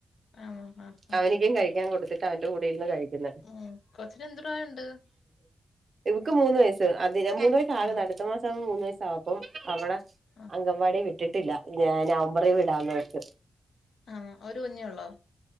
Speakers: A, on the left (about 80°); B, on the right (about 60°).
A: ആണോ ആഹ് ആഹ്
B: അവനിക്കും കഴിക്കാം കൊടുത്തിട്ട് അവന്റെ കൂടെ ഇരുന്ന് കഴിക്കും
A: ഉം കൊച്ചിന് എന്ത് പ്രായണ്ട്
B: ഇവൾക്ക് മൂന്ന് വയസ് അതിന് മൂന്ന് വയ ആക്ന്ന്
A: ആണോ
B: അടുത്ത മാസം ആകുമ്പോ മൂന്ന് വയസാവും അപ്പം അവളെ
A: ആഹ്
B: അങ്കംവാടി വിട്ടിട്ടില്ല ഞാൻ നവമ്പറി വിടാന്നോർത്ത്
A: ആഹ് ഒരു കുഞ്ഞെള്ളോ?